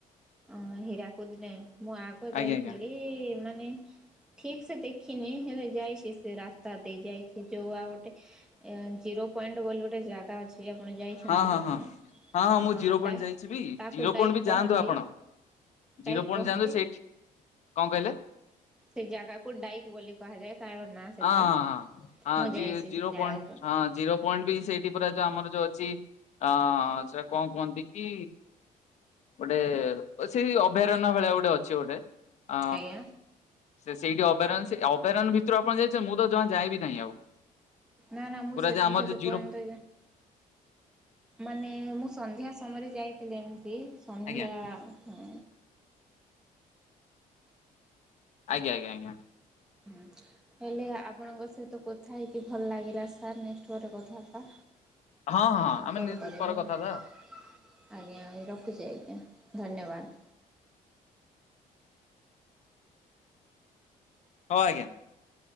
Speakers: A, in the centre; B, on the left.
A: ଅ ହୀରାକୁଦିନେ ମୁଁ ଆଗ ଯାଇଥିଲି
B: ଆଜ୍ଞା ଆଜ୍ଞା
A: ମାନେ ଠିକ ସେ ଦେଖିନି ହେଲେ ଯାଇଛି ସେ ରାସ୍ତା ଦେଇ ଯାଇଛି ଯୋଉ ଆଉ ଗୋଟେ ଜିରୋ ପଏଣ୍ଟ ବୋଲି ଗୋଟେ ଜାଗା ଅଛି ସିଏ ଆପଣ ଯାଇଛନ୍ତି
B: ହଁ ହଁ
A: କି
B: ହଁ
A: ନାହିଁ
B: ହଁ ହଁ ମୁଁ ଜିରୋ ପଏଣ୍ଟ
A: ଡ
B: ଯାଇଛି ବି
A: ତାକୁ
B: ଜିରୋ ପଏଣ୍ଟ
A: ଡାଇକ୍
B: ବି ଯାଆନ୍ତୁ
A: କହନ୍ତି
B: ଆପଣ
A: ଡାଇକ୍
B: ଜିରୋ ପଏଣ୍ଟ
A: କହନ୍ତି
B: ଯାଣୁ ସେଇଠି କଣ କହିଲେ
A: ସେ ଜାଗାକୁ ଡାଇକ୍ ବୋଲି କୁହାଯାଏ ତାର ନାଁ ସେଟା।
B: ହଁ ହଁ ହଁ ହଁ
A: ମୁଁ ଯାଇଛି
B: ଜିରୋ
A: ସେ ଜାଗାକୁ
B: ପଏଣ୍ଟ ହଁ ଜିରୋ ପଏଣ୍ଟ ବି ସେଇଠି ପୁରା ଆମର ଯୋଉ ଅ ଅଛି ଆ ସେଟା କଣ କୁହନ୍ତି କି ଗୋଟେ ସେଇ ଅଭୟାରଣ୍ୟ ଭଳିଆ ଗୋଟେ ଅଛି ଗୋଟେ ଆ
A: ଆଜ୍ଞା
B: ସେ ସେଇଠି ଅଭୟାରଣ ଅଭାରଣ ଭିତରେ ଯିବେ ଆପଣ ଯାଇେ ମୁଁ ତ ଜମା ଯଏବି ନାହିଁ ଆଉ
A: ନା ନା ମୁଁ
B: ପୁରା
A: ସେ
B: ଯେ ଆମର
A: ସେତେ
B: ଯୋଉ ଜିରୋ
A: ପର୍ଯ୍ୟନ୍ତ ମାନେ ମୁଁ ସନ୍ଧ୍ୟା ସମୟରେ ଯାଇଥିଲି ଛି ସନ୍ଧ୍ୟା
B: ଆଜ୍ଞା
A: ହୁଁ
B: ଆଜ୍ଞା ଆଜ୍ଞା ଆଜ୍ଞା
A: ହ ହେଲେ ଆପଣଙ୍କ ସହିତ କଥା ହେଇକି ଭଲ ଲାଗିଲା ସାର୍ ପରେ କଥା ହବା
B: ହଁ ହଁ
A: ମୁଁ
B: ଆମେ
A: କଲ୍ କରିବି
B: ପରେ
A: ଆଜ୍ଞା
B: କଥା ହବା
A: ରଖୁଛି ଆଜ୍ଞା ଧନ୍ୟବାଦ
B: ହଁ ଆଜ୍ଞା